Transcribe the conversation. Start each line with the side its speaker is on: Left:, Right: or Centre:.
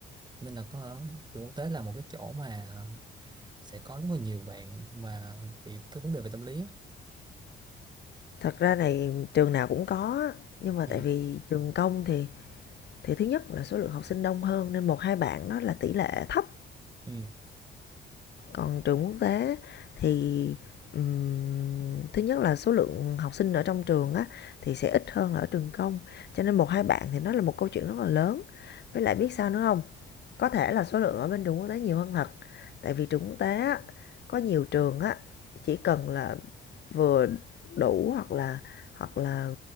Right: nên là có trường quốc tế là một cái chỗ mà sẽ có rất là nhiều bạn mà bị cái vấn đề về tâm lý á.
Left: Thật ra này trường nào cũng có nhưng mà
Right: ừ
Left: tại vì trường công thì thì thứ nhất là số lượng học sinh đông hơn nên một 2 bạn đó là tỷ lệ thấp.
Right: ừ
Left: Còn trường quốc tế thì, ừm, thứ nhất là số lượng học sinh ở trong trường á thì sẽ ít hơn là ở trường công, cho nên một 2 bạn thì nó là một câu chuyện rất là lớn. Với lại biết sao nữa không Có thể là số lượng ở bên trường quốc tế nhiều hơn thật, tại vì trường quốc tế á, có nhiều trường á, chỉ cần là vừa đủ hoặc là hoặc là